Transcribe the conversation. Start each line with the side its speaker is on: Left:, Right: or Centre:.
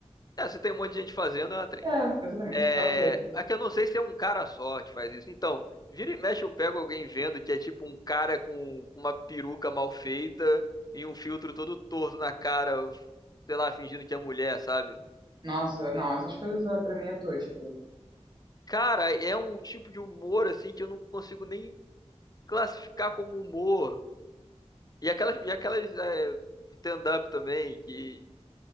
Left: É, se tem um monte de gente fazendo, é uma trend.
Right: É, exatamente.
Left: É,
Right: É o quê?
Left: é que eu não sei se é um cara só que faz isso. Então, vira e mexe, eu pego alguém vendo que é tipo um cara com com uma peruca mal feita e um filtro todo torto na cara, sei lá, fingindo que é mulher, sabe?
Right: Nossa, não, essas coisas é, pra mim é tosco.
Left: Cara, é um tipo de humor assim que eu não consigo nem classificar como humor. E aquelas, e aquelas é, stand-up também que.